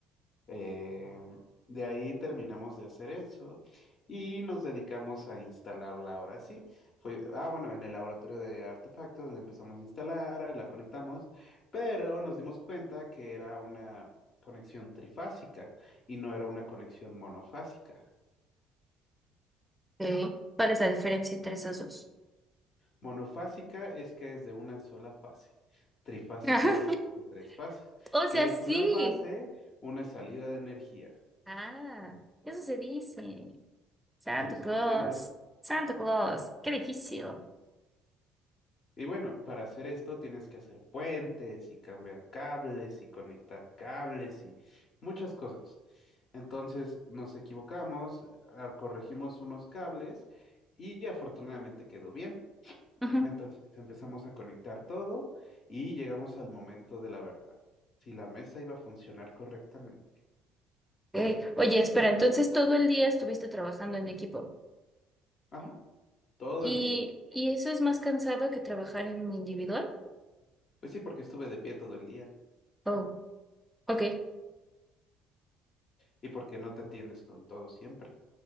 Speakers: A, on the left; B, in the centre.
A: Eh, de ahí terminamos de hacer eso y nos dedicamos a instalarla ahora sí. Fue, ah, bueno, en el laboratorio de artefactos la empezamos a instalar, la conectamos, pero nos dimos cuenta que era una conexión trifásica y no era una conexión monofásica.
B: Ok. ¿Cuál es la diferencia entre esas dos?
A: Monofásica es que es de una sola fase. Trifásica
B: <laughs>
A: es de tres fases,
B: O sea,
A: que es
B: sí.
A: una fase, una salida de energía.
B: Ah, eso se dice. Santa
A: Pues te lo estoy
B: Claus,
A: diciendo.
B: Santa Claus, qué difícil.
A: Y bueno, para hacer esto tienes que hacer puentes y cambiar cables y conectar cables y muchas cosas. Entonces nos equivocamos, ah, corregimos unos cables y afortunadamente quedó bien.
B: Ujú.
A: Entonces empezamos a conectar todo y llegamos al momento de la verdad. Si la mesa iba a funcionar correctamente.
B: Ok. Oye, espera, entonces todo el día estuviste trabajando en equipo.
A: Ajá, todo
B: ¿Y,
A: el día.
B: y eso es más cansado que trabajar en individual?
A: Pues sí, porque estuve de pie todo el día
B: Oh, ok.
A: y porque no te entiendes con todo siempre.